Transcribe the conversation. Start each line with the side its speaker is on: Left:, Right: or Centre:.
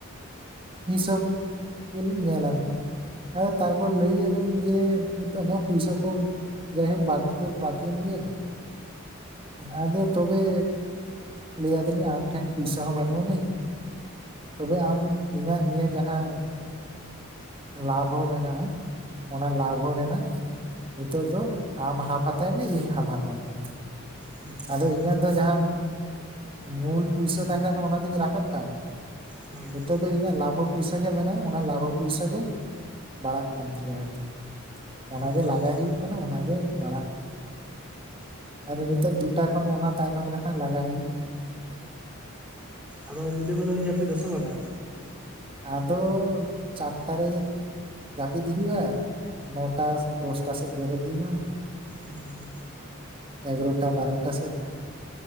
Right: ᱦᱤᱥᱟᱹᱵᱽ ᱜᱮᱞᱤᱧ ᱧᱮᱞᱟ ᱦᱟᱜ ᱛᱟᱨᱯᱚᱨ ᱞᱟᱹᱭᱮᱜ-ᱟ ᱞᱤᱧ ᱡᱮ ᱱᱤᱛᱚᱜ ᱢᱟ ᱯᱚᱭᱥᱟ ᱠᱚ ᱡᱟᱭᱦᱳᱠ ᱵᱟᱲᱛᱤ ᱫᱚ ᱵᱟᱲᱛᱤᱭᱮᱱ ᱜᱮᱭᱟ ᱟᱫᱚ ᱛᱚᱵᱮ ᱞᱟᱹᱭ ᱟᱹᱫᱤᱧᱟ ᱟᱢ ᱴᱷᱮᱱ ᱯᱚᱭᱥᱟ ᱦᱚᱸ ᱵᱟᱹᱱᱩᱜ ᱟᱹᱱᱤᱡ ᱛᱚᱵᱮ ᱟᱢ ᱤᱧᱟᱹᱜ ᱱᱤᱭᱟᱹ ᱡᱟᱦᱟᱸ ᱞᱟᱵᱷ ᱦᱚᱸ ᱢᱮᱱᱟᱜᱼᱟ ᱚᱱᱟ ᱞᱟᱵᱷ ᱦᱚᱸ ᱨᱮᱱᱟᱜ ᱱᱤᱛᱚᱜ ᱫᱚ ᱟᱢ ᱦᱟᱯ ᱦᱟᱛᱟᱭ ᱢᱮ ᱤᱧ ᱦᱟᱯ ᱦᱟᱛᱟᱣ ᱢᱮ
Centre: ᱦᱩᱸ ᱟᱪᱪᱷᱟ
Right: ᱟᱫᱚ ᱤᱧᱟᱹᱜ ᱫᱚ ᱡᱟᱦᱟᱸ ᱢᱩᱞ ᱯᱩᱭᱥᱟᱹ ᱛᱟᱦᱮᱸ ᱞᱮᱱᱟ ᱚᱱᱟ ᱫᱩᱧ ᱨᱟᱠᱟᱵ ᱠᱟᱱ
Centre: ᱦᱩᱸ
Right: ᱱᱤᱛᱚᱜ ᱫᱚ ᱤᱧᱟᱹᱜ ᱞᱟᱵᱷᱚ ᱯᱚᱭᱥᱟ ᱜᱮ ᱢᱮᱱᱟᱜᱼᱟ ᱚᱱᱟ ᱞᱟᱵᱷᱚ ᱯᱚᱭᱥᱟ ᱜᱮ ᱵᱟᱲᱟᱜ ᱠᱟᱱ ᱛᱤᱧᱟᱹ ᱟᱨ ᱪᱤᱫ ᱚᱱᱟᱜᱮ
Centre: ᱟᱪᱪᱷᱟ
Right: ᱞᱟᱜᱟ
Centre: ᱟᱪᱪᱷᱟ
Right: ᱦᱩᱭᱩᱜ ᱠᱟᱱᱟ ᱚᱱᱟᱜᱮ ᱵᱟᱲᱟᱜ ᱟᱨ ᱱᱤᱛᱳᱜ ᱫᱩᱴᱟ ᱠᱷᱚᱱ ᱚᱱᱟ ᱛᱟᱭᱱᱚᱢ ᱨᱮᱦᱟᱸᱜ ᱞᱟᱜᱟᱣ ᱦᱩᱭᱩᱜᱼᱟ
Centre: ᱟᱫᱚ ᱧᱤᱫᱟᱹ ᱠᱚᱫᱚ ᱵᱮᱱ ᱡᱟᱹᱯᱤᱫ-ᱟ ᱥᱮ ᱵᱟᱝ-ᱟ
Right: ᱟᱫᱚ ᱪᱟᱴᱴᱟ ᱨᱮ ᱡᱟᱹᱯᱤᱫ ᱦᱩᱭᱩᱜᱼᱟ ᱱᱚᱴᱟ ᱫᱚᱥᱴᱟ ᱥᱮᱫ ᱵᱮᱨᱮᱫ ᱦᱩᱭᱩᱜᱼᱟ
Centre: ᱦᱩᱸ,
Right: ᱮᱜᱟᱨᱚᱴᱟ ᱵᱟᱨᱚᱴᱟ ᱥᱮᱫ